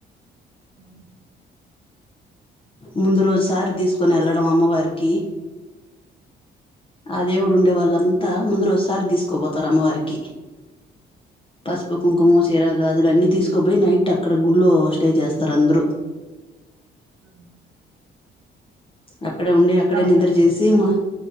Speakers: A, on the right; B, on the left.
A: ఆ
B: ముందు రోజుసారి తీసుకోని వెళ్ళడం అమ్మవారికి ఆ దేవుడు ఉండేవాళ్ళంతా ముందు రోజు సారి తీసుకోపోతారు అమ్మవారికి పసుపు కుంకుమ చీరగాదులు అన్ని తీసుకోబోయి నైట్ అక్కడ గుళ్లో స్టే చేస్తారు అందరు
A: అ
B: అక్కడే ఉండి అక్కడే
A: పోదాంలే
B: నిద్ర చేసి మ